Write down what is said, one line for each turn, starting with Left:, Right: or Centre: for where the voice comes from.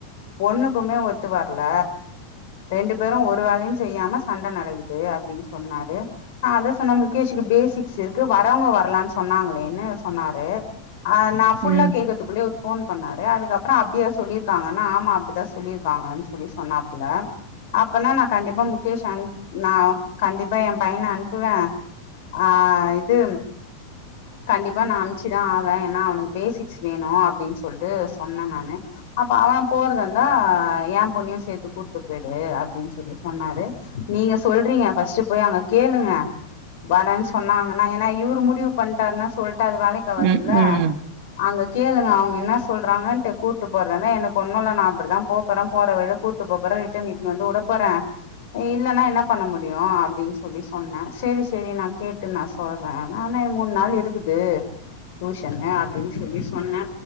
Left: பொண்ணுக்குமே ஒத்து வரல ரெண்டு பேரு ஒரு வேலையு செய்யாம சண்ட நடக்குது அப்டின்னு சொன்னாரு அத சொன்ன முகேஷ்க்கு பேசிக்ஸ் இருக்கு வரவங்க வரலான் சொன்னாங்களேன்னு சொன்னாரு நா ஃபுல்லா
Right: ம்
Left: கேக்கத்துக்குள்ளே ஒரு ஃபோன் பண்ணாரு அதுக்கப் அப்புற அப்டியா சொல்லியிருக்காங்கன்னா ஆமா அப்டிதா சொல்லியிருக்காங்கன்னு சொல்லி சொன்னாப்புல அப்பன்னா நா கண்டிப்பா முகேஷ் அன் நா கண்டிப்பா என் பையன அனுப்புவே ஆஹ் இது கண்டிப்பா நா அனுப்ச்சு ச்சி தா ஆவே ஏனா அவனுக்கு பேசிக் வேணு அப்டின் சொல்ட்டு சொன்ன நானு அப்ப அவ போறதாருந்தா எ பொண்ணயு சேத்து கூட்டுப் பேயிட் டு அப்டின்னு சொல்லி சொன்னாரு நீங்க சொல்றீங்க ஃபர்ஸ்ட் போய் கேளுங்க வரன்னு சொன்னாங்கன்னா ஏனா இவுரு முடிவு பண்ட்டாருன்னா சொல் ட்டா அது வேலைக்காவதுல்ல
Right: ம் ம்
Left: அங்க கேளுங்க அவங்க என்ன சொல்றாங்கன்ட்டு கூப்ட்டு போற தா என்ன ஒன்னுல்ல நா அப்டிதா போப்போற போற வழியில கூப்ட்டு போப்போறே ட்டு நீ வந்து உட போறே இல்லன்னா என்ன பண்ண முடியு அப்டின்னு சொல்லி சொன்ன சேரி சேரி நா கேட்டு நா சொல்றே ஆனா மூணு நாள் இருக்குது டியூஷன்னு அப்டின்னு சொல்லி சொன்னே